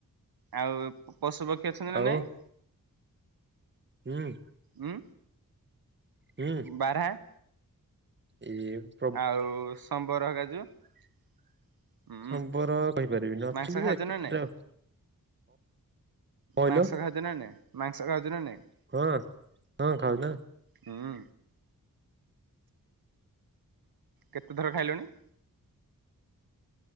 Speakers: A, on the right; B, on the right.
A: ଆଉ ପଶୁ ପକ୍ଷୀ ଅଛନ୍ତି ନା
B: ଆଉ
A: ନାଇଁ
B: ହୁଁ
A: ହଁ
B: ହୁଁ
A: ବାରାହା
B: <unintelligible>
A: ଆଉ ସମ୍ବର ହରିକା ଯୋଉ ଉଁ
B: ସମ୍ବର କହିପାରିବିି ନଥିଲି
A: ମାଂସ ଖାଉଛ
B: ଯେ
A: ନା
B: କେତେଟା
A: ନାଇଁ?
B: ଆଉ। କହିଲ
A: ମାଂସ ଖାଉଚୁ ନା ନାହିଁ ମାଂସ ଖାଉଚୁ ନା ନାହିଁ?
B: କଣ ହଁ ଖାଉଚି ନାଁ।
A: ହଁ। କେତେଥର ଖାଇଲୁଣି?